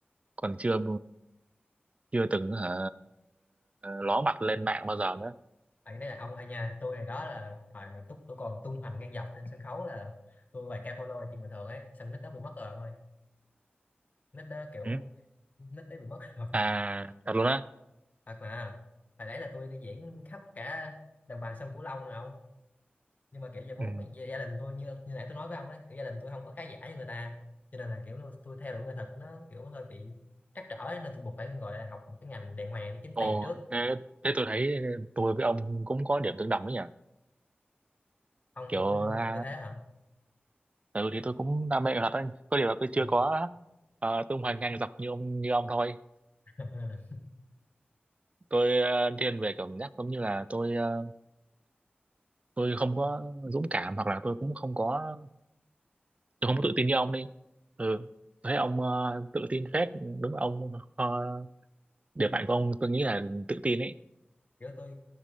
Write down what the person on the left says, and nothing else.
bạn đấy là ông hay nha tôi thì đó là thời mà túc tôi còn tung hoành ngang dọc trên sân khấu là tôi vài ca follow là chuyện bình thường ấy xong nick đó bị mất rồi ông ơi nick đó kiểu
nick đấy bị mất rồi
thật mà hồi đấy là tôi đi diễn khắp cả đồng bằng sông Cửu Long mà ông nhưng mà kiểu giờ bố
mẹ gia gia đình tôi như như nãy tôi nói với ông đấy kiểu gia đình tôi không có khá giả như người ta cho nên là kiểu tôi, tôi theo đuổi nghệ thuật nó kiểu hơi bị trắc trở ấy, nên tôi buộc phải gọi là học một cái ngành đàng hoàng để kiếm
tiền trước
ông
cũng
như thế hả
Ờ.
<laughs> Ừ.
kiểu tôi